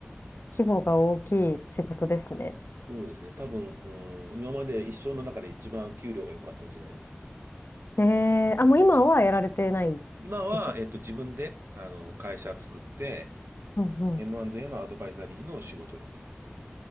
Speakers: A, on the left; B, on the right.
A: 規模が大きい仕事ですね。
B: そうですね。多分、うん、今まで一生の中で一番給料が良かった時代ですね。
A: えー、あ、もう今はやられてない
B: 今は、
A: でしたっけ
B: えっと、自分で、あの、会社作って、
A: うんうん。
B: M&A のアドバイザリーの仕事をやってます。